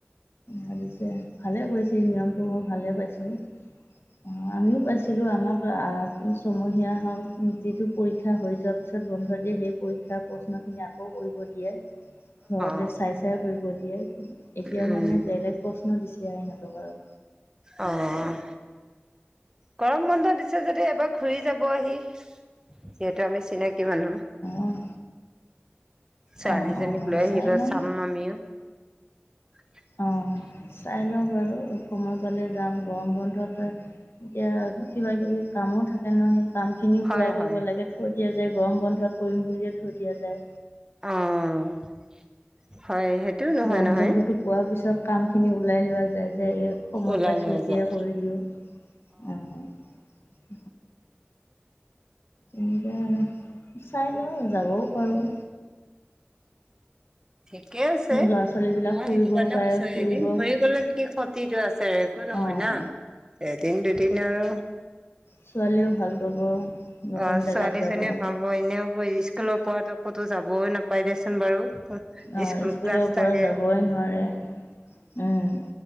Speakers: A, on the left; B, on the right.
A: ভাবিছে ভালে কৰিছে নিয়মটো মই ভালেই পাইছোঁ। অ', আমিও পাইছিলো আমাক ছমহীয়া হওক যিটো পৰীক্ষা হৈ যোৱাৰ পিছত বন্ধ দিয়ে সেই পৰীক্ষাৰ প্ৰশ্নখিনি আকৌ কৰিব দিয়ে। ঘৰতে
B: অ',
A: চাই চাই কৰিব দিয়ে এতিয়া
B: উম,
A: মানে বেলেগ বস্তু ন <unintelligible> দিছে ইহঁতক আৰু
B: অ', গৰম বন্ধ দিছে যদি এবাৰ ঘূৰি যাব আহি। যিহেতু আমি চিনাকি মানুহ।
A: অঁ
B: ছোৱালীজনীক
A: অঁ অঁ
B: লৈ আহিব
A: চাই ল'ম
B: চাম আমিও। <unintelligible>
A: অঁ চাই লওঁ বাৰু সময় পালে যাম গৰম বন্ধত এতিয়া কিবাকিবি কামো থাকে ন' সেই কামখিনিও
B: হয়,
A: পূৰা কৰিব
B: হয়,
A: লাগে থৈ দিয়া যায় গৰম বন্ধত কৰিম বুলিয়ে থৈ দিয়া যায়।
B: অ'। হয়, সেইটোও নোহোৱা
A: গৰম
B: নহয়
A: বন্ধটো পোৱাৰ পিছত কামখিনি ওলাই লোৱা যায়। যে সময়
B: ওলাই
A: পাইছোঁ
B: লোৱা
A: এতিয়া
B: যায়
A: কৰি দিওঁ, অ'। এনেকে চাই লওঁ যাবও পাৰোঁ।
B: ঠিকে আছে
A: ল'ৰা ছোৱালীবিলাক
B: মই
A: ফুৰিব
B: সেইটো কাৰণে
A: পাৰে
B: কৈছো
A: ফুৰিব
B: এদিন
A: অঁ
B: ঘুৰিগলে কি ক্ষতিটো আছে নহয়
A: অঁ
B: না এদিন দুদিন আৰু <inaudible>
A: ছোৱালীয়েও ভাল পাব। নতুন
B: অ
A: জেগাত
B: ছোৱালীজনীয়ে
A: যাব অঁ
B: ভাব এনেও স্কুলৰ পৰাতো ক'তো যাবয় নাপাই দেচোন বাৰু।
A: অহ
B: স্কুল
A: স্কুলৰ
B: ক্লাছ
A: পৰা
B: থাকে
A: যাবই নোৱাৰে। উম